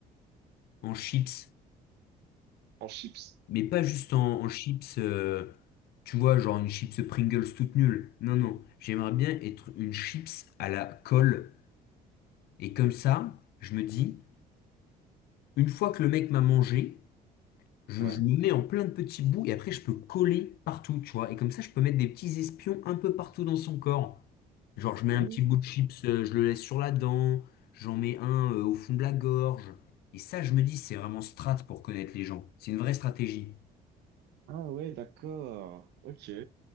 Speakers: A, on the left; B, on the right.
A: en chips.
B: En chips?
A: Mais pas juste en, en chips, euh, tu vois, genre une chips Pringles toute nulle. Non, non, j'aimerais bien être une chips à la colle. Et comme ça, je me dis, une fois que le mec m'a mangé, Je,
B: Ouais.
A: je me mets en plein de petits bouts et après je peux coller partout, tu vois. Et comme ça, je peux mettre des petits espions un peu partout dans son corps. Genre, je mets
B: Ah,
A: un petit bout de chips, euh, je le laisse sur la dent, j'en mets un euh, au fond de la gorge. Et ça, je me dis, c'est vraiment strat pour connaître les gens. C'est une vraie stratégie.
B: ah ouais, d'accord. Ok.